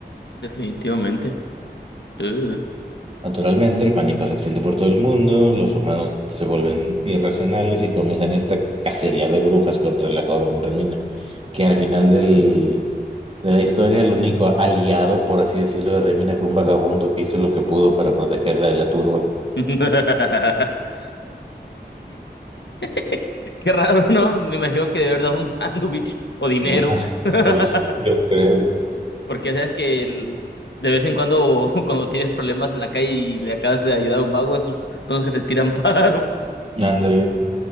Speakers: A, on the left; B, on the right.
A: Definitivamente. Ugh.
B: Naturalmente, el pánico se extiende por todo el mundo, los humanos se vuelven irracionales y comienzan esta cacería de brujas contra la joven Remina, que al final del, de la historia, el único aliado, por así decirlo, de Remina fue un vagabundo que hizo lo que pudo para protegerla de la turba.
A: <laughs> <laughs> Qué raro, ¿no? Me imagino que de verdad un sándwich o dinero.
B: <laughs>
A: <laughs>
B: Pues yo creo.
A: Porque sabes que el- de vez en cuando, <laughs> cuando tienes problemas en la calle y le acabas de ayudar a un vago, esos son los que te tiran <laughs> paro.
B: Ándale.